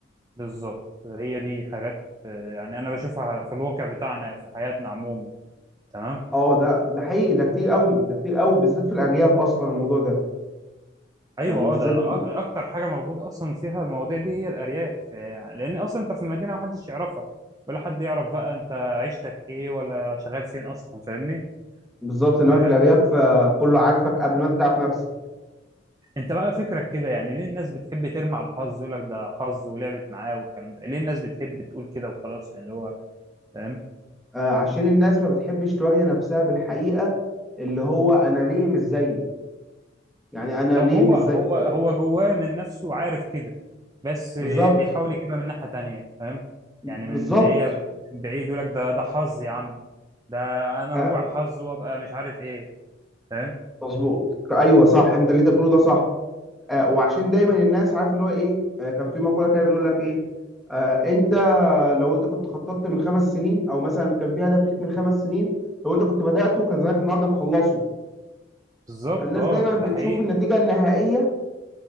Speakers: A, on the right (about 20°); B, in the centre.
A: بالظبط هي دي حاجات آه، يعني انا بشوفها في الواقع بتاعنا في حياتنا عموما تمام
B: اه ده ده حقيقي ده كتير قوي ده كتير قوي بالذات في الارياف اصلا الموضوع ده يعني
A: ايوه اه
B: بالذات
A: ده أ- اكتر حاجه موجوده اصلا فيها المواضيع دي هي الارياف آه، يعني لان اصلا انت في المدينه محدش يعرفك ولا حد يعرف بقى انت عيشتك ايه ولا شغال فين اصلا فاهمني
B: بالظبط انما
A: آه،
B: في الارياف آه، كله عارفك قبل ما انت تعرف نفسك
A: انت بقى فكرك كده يعني ليه الناس بتحب ترمي على الحظ يقول لك ده حظ ولعبت معاه والكلام ده ليه الناس بتحب تقول كده وخلاص يعني اللي هو فاهم
B: آه، عشان الناس ما بتحبش تواجه نفسها بالحقيقة اللي هو أنا ليه مش زيه يعني أنا
A: او
B: ليه
A: هو
B: مش
A: هو
B: زيه آه،
A: هو جواه من نفسه عارف كده بس
B: بالظبط
A: بيحاول يجيبها من ناحية تانية فاهم
B: بالظبط
A: يعني من اللي هي من بعيد يقول لك ده ده حظ يا عم ده انا
B: آه،
A: ربع حظ وابقى مش عارف ايه فاهم
B: مظبوط أيوه صح أنت اللي أنت بتقوله ده صح آه، وعشان دايما الناس عارف اللي هو إيه آه، كان في مقولة كده بيقول لك إيه آه، أنت لو أنت كنت خططت من خمس سنين أو مثلا كان في هدف ليك من خمس سنين لو أنت كنت بدأته كان زمانك النهاردة مخلصه
A: بالظبط
B: فالناس
A: اه
B: دايما بتشوف
A: ده حقيقي
B: النتيجة النهائية